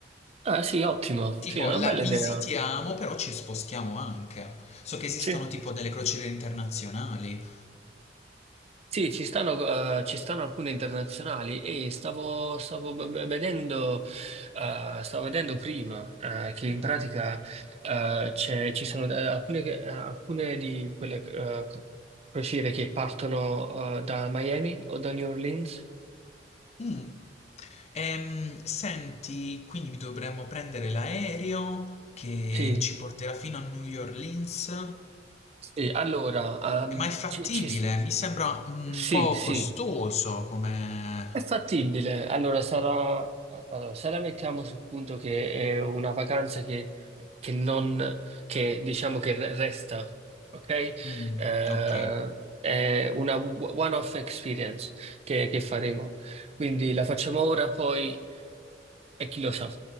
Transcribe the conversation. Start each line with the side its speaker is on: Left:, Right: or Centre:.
Right: Ah, sì, ottimo.
Left: Tipo,
Right: Sì, è una
Left: la
Right: bella
Left: visitiamo,
Right: idea.
Left: però ci spostiamo anche. So che esistono
Right: Sì.
Left: tipo delle crociere internazionali.
Right: Sì, ci stanno, eh, ci stanno alcune internazionali e stavo, stavo v- v- vedendo, eh, stavo vedendo prima, eh, che in pratica, eh, c'è- ci sono eh, alcune, che- eh, alcune di quelle, eh, co- crociere che partono, eh, da Miami o da New Orleans.
Left: Mm. Ehm, senti, quindi dovremmo prendere l'aereo che
Right: Sì,
Left: ci porterà fino a New Orleans,
Right: sì, allora, ehm,
Left: ma è fattibile,
Right: ci- ci-
Left: mi sembra un
Right: sì,
Left: po'
Right: sì.
Left: costoso come...
Right: È fattibile, allora sarà, allora, se la mettiamo sul punto che è una vacanza che, che non, che diciamo che re- resta, ok?
Left: Mm,
Right: Eh,
Left: ok,
Right: è una w- one-off experience che, che faremo, quindi la facciamo ora, poi e chi lo sa.